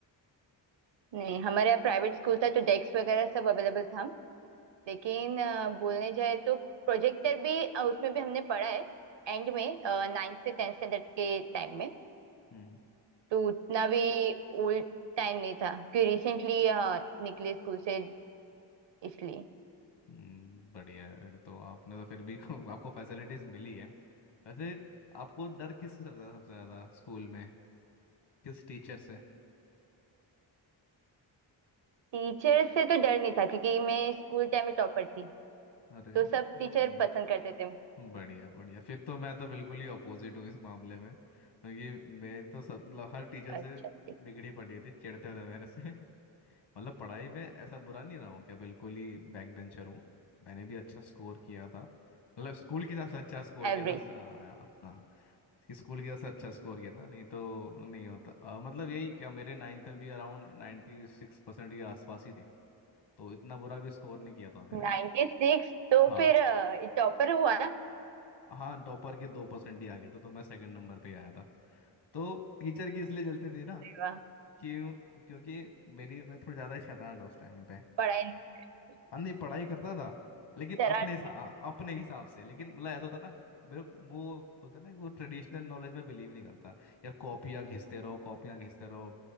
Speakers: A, on the right; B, on the left.
A: नहीं हमारे यहाँ प्राइवेट स्कूल था तो डेस्क वगैरह सब अवेलेबल था लेकिन अ, बोलने जाए तो प्रोजेक्टर भी अ, उसमें भी हमने पढ़ा है एंड में नाइन्थ से टेंथ स्टैंडर्ड के टाइम में
B: हम्म
A: तो उतना भी ओल्ड टाइम नहीं था कि रिसेंटली हाँ निकले स्कूल से इसलिए
B: हम्म, बढ़िया है फिर तो आपने तो फिर भी <laughs> को, आपको फैसिलिटीज मिली है वैसे आपको डर किससे लगता था सबसे ज्यादा स्कूल में किस टीचर से
A: टीचर से तो डर नहीं था क्योंकि मैं स्कूल टाइम में टॉपर थी
B: अरे
A: तो सब
B: ब-
A: टीचर पसंद करते थे
B: बढ़िया बढ़िया फिर तो मैं तो बिल्कुल ही अपोजिट हूँ इस मामले में क्योंकि मैं तो सब मतलब हर टीचर
A: अच्छा
B: से
A: थी
B: बिगड़ी पड़ी थी चिढ़ते थे मेरे से <laughs> मतलब पढ़ाई में ऐसा बुरा नहीं रहा हूँ क्या बिल्कुल ही बैक बेंचर हूँ मैंने भी अच्छा स्कोर किया था मतलब स्कूल के हिसाब से अच्छा स्कोर किया
A: एवरेज
B: था हाँ हाँ कि स्कूल के हिसाब से अच्छा स्कोर किया था नहीं तो नहीं होता अ, मतलब यही क्या मेरे नाइन्थ में भी अराउंड नाइन्टी सिक्स परसेंट के आसपास ही थे तो इतना बुरा भी स्कोर नहीं किया था मैंने
A: 96 सिक्स तो
B: हाँ
A: फिर टॉपर हुआ ना
B: हाँ टॉपर के दो परसेंट ही आ गया था तो मैं सेकंड नंबर पे ही आया था तो टीचर की इसलिए जलती थी ना
A: वाह,
B: क्यों क्योंकि मेरी मैं थोड़ी ज़्यादा शैतान था उस टाइम पे
A: पढ़ाई नहीं करती
B: हाँ नहीं पढ़ाई करता था लेकिन
A: शरारती
B: अपने सा- हाँ, अपने हिसाब से लेकिन मतलब ऐसा होता ना मेरे को- वो बोलता ना वो ट्रेडिशनल नॉलेज में बिलीव नहीं करता यार कॉपियाँ घिसते रहो कॉपियाँ घिसते रहो